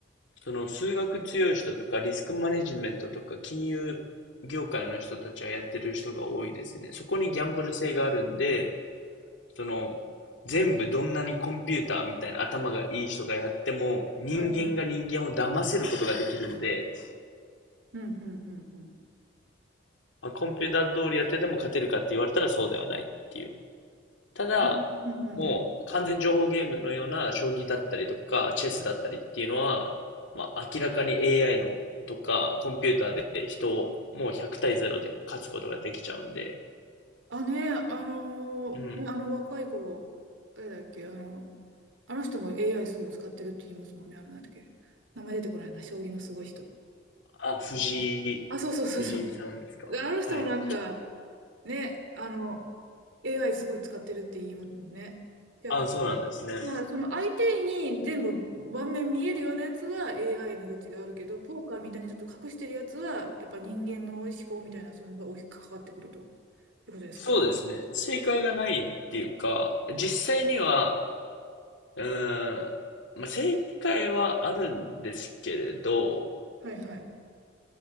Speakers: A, on the left; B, on the right.
A: その数学強い人とかリスクマネジメントとか金融業界の人たちはやってる人が多いですね。そこにギャンブル性があるんで、その、全部どんなにコンピューターみたいな頭がいい人がやっても、人間が人間を騙せることができるんで、
B: はいはい。うんうんうんうん。
A: まあ、コンピューター通りやってても勝てるかって言われたらそうではないっていう。ただ、
B: うんうんうん。
A: もう完全情報ゲームのような将棋だったりとか、チェスだったりっていうのは、まあ明らかに AI のとか、コンピューターで人をもう100対0で勝つことができちゃうんで、
B: あ、ね、あのーね、
A: うん。
B: あの若い子、誰だっけ、あの、あの人も AI すごい使ってるって言いますもんね、あの、なんだっけ。名前出てこないな、将棋のすごい人。
A: あ、藤井、
B: うんあ、そうそうそうそう。
A: 藤井さんですか。
B: あの人もなんか、
A: はい。
B: ね、あの、AI すごい使ってるって言いますもんね。じゃあ、
A: あ、そうなんですね。
B: じゃあその相手に全部盤面見えるようなやつは AI の余地があるけど、ポーカーみたいにちょっと隠してるやつは、やっぱ人間の思考みたいな、そういうのが大きく関わってくるということですか
A: そうですね。正解がないっていうか、実際には、うーん、まあ、正解はあるんですけれど、
B: はいはい。